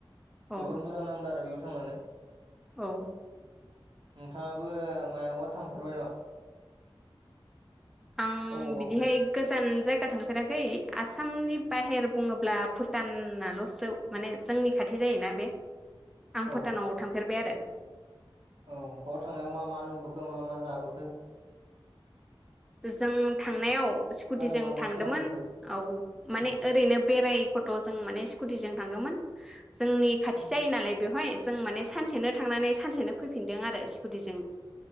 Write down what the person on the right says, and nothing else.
जोबोर मोजां नां। आरो बेयाव थांनानै
नोंथाङाबो मायावबा थांफारबाय नामा?
अबावबाफोर
औ
औ बेयाव थांनायाव मा मा नुबोखो मा मा जाबोखो?
आरो मा मा
खालामबोखो
औ
औ